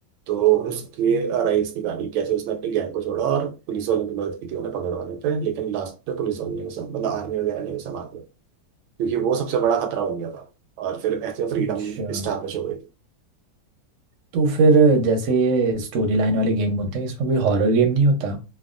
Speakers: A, on the right (about 80°); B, on the right (about 55°).
A: तो उसके राइज की कहानी कैसे उसने अपने गैंग को छोड़ा और पुलिस वालों की मदद की थी उन्हें पकड़वाने पे लेकिन लास्ट पे पुलिस वालों ने उसे मतलब आर्मी वगैरह ने उसे मार दिया क्योंकि वो सबसे बड़ा खतरा बन गया था और फिर ऐसे फ्रीडम
B: अच्छा
A: स्टैब्लिश हो गई
B: तो फिर जैसे ये स्टोरी लाइन वाले गेम होते हैं इसमें कोई हॉरर गेम नहीं होता